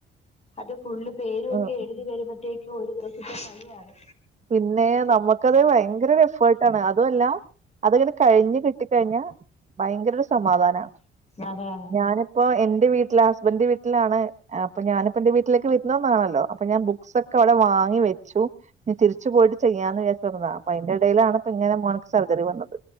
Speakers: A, on the left; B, on the right.
A: അതെ ഫുള് പേര്
B: ഉം
A: എഴുതി വരുംപഴുത്തേ ഒരു ദിവസത്തെ കളിയാണ്
B: പിന്നെ നമ്മക്ക് ഭയങ്കര എഫർട്ട് അതുമല്ല അതങ്ങനെ കഴിഞ് കിട്ടിക്കഴിഞ്ഞ ഭയങ്കര ഒരു സമാധാനമാണ്
A: അതെ അതെ
B: ഞാനിപ്പോ എന്റെ വീട്ടിൽ വീട്ടില ഹസ്ബൻഡിന്റെ വീട്ടിലാണ് അപ്പൊ ഞാനിപ്പ എന്റെ വീട്ടിലേക്ക് വിരുന്ന് വന്നതാണല്ലോ അപ്പൊ ഞാൻ ബുക്സ് ഒക്കെ അവിടെ വാങ്ങി വെച്ചു ഇനി തിരിച്ച് പോയിട്ട് ചെയ്യാന്ന് വിചാരിച്ചു വന്നതാ ത അപ്പൊ അതിന്റെ ഇടയിലാണ് ഇപ്പ ഇങ്ങനെ മോനിക്ക് സർജറി വന്നത്